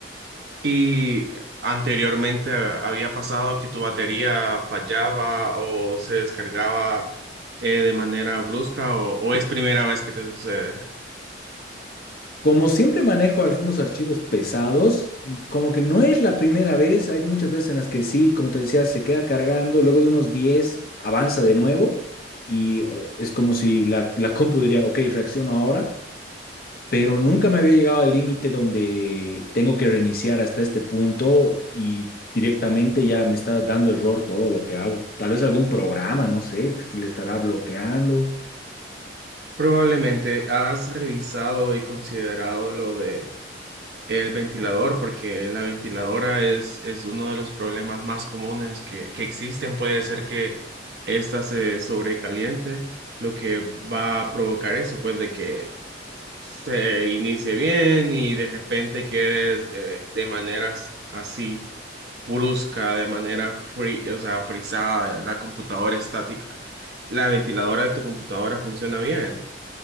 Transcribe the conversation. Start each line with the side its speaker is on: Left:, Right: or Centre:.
Right: Y anteriormente había pasado que tu batería fallaba o se descargaba eh, de manera brusca o, o es primera vez que te sucede.
Left: Como siempre manejo algunos archivos pesados, como que no es la primera vez, hay muchas veces en las que sí, como te decía, se queda cargando, luego de unos 10 avanza de nuevo y o, es como si la, la compu diría, ok, reacciono ahora, pero nunca me había llegado al límite donde tengo que reiniciar hasta este punto y directamente ya me está dando error todo lo que hago. Tal vez algún programa, no sé, le estará bloqueando.
Right: Probablemente has revisado y considerado lo de el ventilador, porque la ventiladora es, es uno de los problemas más comunes que, que existen. Puede ser que ésta se sobrecaliente, lo que va a provocar eso, pues de que se inicie bien y de repente quedes eh, de maneras así, brusca, de manera free, o sea, frisada, la computadora estática. La ventiladora de tu computadora funciona bien,